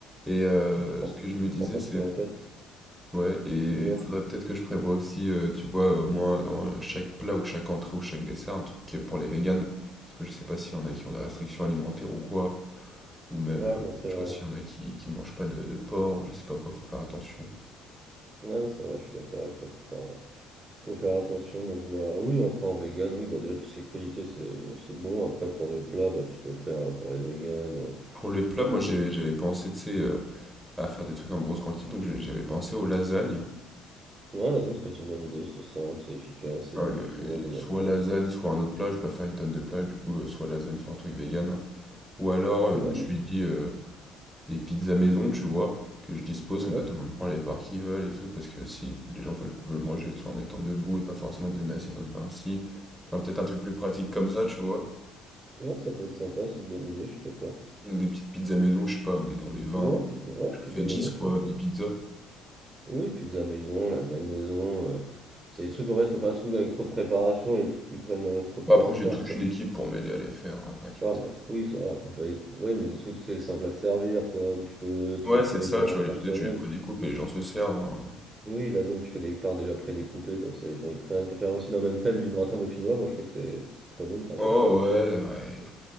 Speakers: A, in the centre; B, on the right.
A: et heu,
B: tu te prends,
A: ce
B: tu
A: que
B: te
A: je me disais,
B: prends pas
A: c'est
B: trop la tête,
A: ouais et
B: dis-moi.
A: il faudrait peut-être que je prévoie aussi, heu, tu vois, au moins dans chaque plat ou chaque entrée ou chaque dessert, un truc qui est pour les véganes. Parce que je sais pas s'il y en a qui ont des restrictions alimentaires ou quoi, ou même,
B: Ouais,
A: heu,
B: non, c'est
A: je
B: vrai.
A: sais pas s'il y en a qui qui mangent pas de de porc ou je sais pas quoi, faut faire attention.
B: Ouais, non, c'est vrai, je suis d'accord avec toi, faut faire, euh, faut faire attention. Donc, bah oui, après en vegan, oui, bah déjà, tout ce qui est crudité, c'est, c'est bon. Après, pour le plat, bah tu peux faire euh, pour les véganes, euh,
A: Pour les plats,
B: bonne
A: moi j'ai
B: poignée.
A: j'avais pensé, tu sais, heu, à faire des trucs en grosse quantité, donc j'ai j'avais pensé aux lasagnes.
B: Ouais, lasagne, ça peut être une bonne idée, c'est simple, c'est efficace, c'est
A: Enfin,
B: bon, tout le monde aime les
A: soit
B: lasagnes.
A: lasagne, soit un autre plat, je vais pas faire une tonne de plats, du coup, heu, soit lasagne, soit un truc vegan. Ou alors, heu,
B: Ouais,
A: je me suis
B: non, c'est-
A: dit, heu, des pizzas maison, tu vois? Que je dispose,
B: ouais,
A: comme ça tout
B: ça peut...
A: le monde prend les parts qu'ils veulent et tout, parce que si les gens veulent veulent manger, tu vois, en étant debout et pas forcément dans une assiette en étant assis. Enfin, peut-être un truc plus pratique comme ça, tu vois?
B: ouais, ça peut être sympa, c'est une bonne idée, je suis d'accord.
A: Donc des petites pizzas maison, je sais pas, on est on est vingt
B: Ouais, pizza... ouais,
A: je
B: pizza
A: fais 10
B: maison,
A: quoi,
B: c'est vrai que c'est.
A: 10
B: cool.
A: pizzas.
B: Oui, pizza maison, lasagne maison. euh, C'est des trucs, en fait, faut pas un truc avec trop de préparation et des trucs qui prennent euh, trop de
A: bon
B: temps
A: après
B: à
A: j'ai
B: faire,
A: toute
B: quoi.
A: une équipe pour m'aider à les faire, heu, t'inquiète.
B: Ah, bah, ça- oui, ça va. Après, faut aller- oui, mais des trucs, c'est simple à servir, quoi, où tu peux, tu
A: Ouais,
B: peux te
A: c'est
B: lever
A: ça,
B: pour
A: tu
B: en
A: vois? Les
B: prendre
A: pizzas,
B: toi-même.
A: tu les prédécoupes et les gens se servent, hein.
B: Oui, lasagne, tu fais des parts déjà prédécoupées, comme ça, les gens y prennent. Tu peux faire aussi dans le même thème du gratin dauphinois, moi, je sais que c'est c'est très bon, le gratin.
A: Oh ouais, ouais.